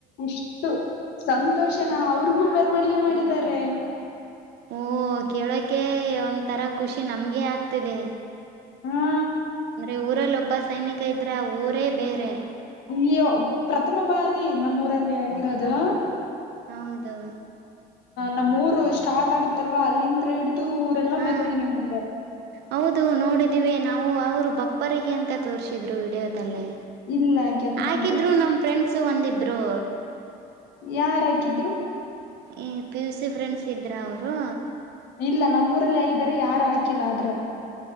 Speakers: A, on the left; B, on the right.
A: ಇಷ್ಟು ಸಂತೋಷನ ಅವ್ರಿಗೂ ಮೆರವಣಿಗೆ ಮಾಡಿದಾರೆ
B: ಓ ಕೇಳೋಕೆ ಒಂದ ತರ ಖುಷಿ ನಮ್ಗೆ ಆಕ್ ತಿವಿ
A: ಹಾ
B: ಅಂದ್ರೆ ಊರಲ್ಲಿ ಒಬ್ಬ ಸೈನಿಕ ಇದ್ರೆ ಆ ಊರೇ ಬೇರೆ
A: ಈ ಪ್ರಥಮ ಬಾರಿ ನಮ್ಮೂರಲ್ಲಿ ಆಗಿರೋದು
B: ಹೌದು
A: ನಮ್ಮೂರು ಸ್ಟಾರ್ಟ್ ಆಗುತ್ತಲ್ವಾ ಅಲ್ಲಿಂತ್ರ ಹಿಡಿದು ಊರೆಲ್ಲ
B: ಹಾ
A: ಮೆರವಣಿಗೆ ಮಾಡಿದ್ದಾರೆ
B: ಹೌದು ನೋಡಿದೀವಿ ನಾವು ಅವರು ಬಪ್ಪರಿಗೆ ಅಂತ ತೋರ್ರಿಸಿದ್ರು ವಿಡಿಯೋದಲ್ಲಿ
A: ಇಲ್ಲ ಗೆದ್ಲು
B: ಹಾಕಿದ್ರು
A: ಮರಿ
B: ನಮ್ ಫ್ರೆಂಡ್ಸು ಒಂದಿಬ್ರು.
A: ಯಾರಾಕಿದ್ರು
B: ಈ ಪಿ ಯು ಸಿ ಫ್ರೆಂಡ್ಸ್ ಇದ್ರಾ ಅವ್ರು
A: ಇಲ್ಲ ನಮ್ಮೂರಲ್ಲಿ ಆಗಿದಾರೆ ಯಾರ ಹಾಕಿಲ್ಲ ಆದ್ರ